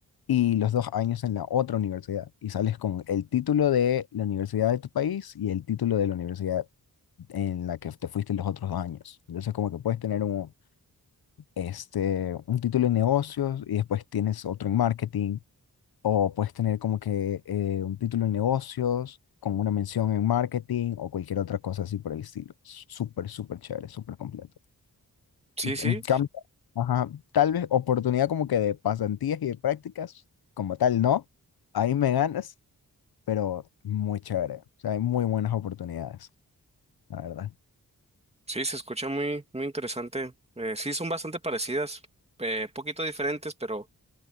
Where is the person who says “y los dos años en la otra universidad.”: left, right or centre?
Left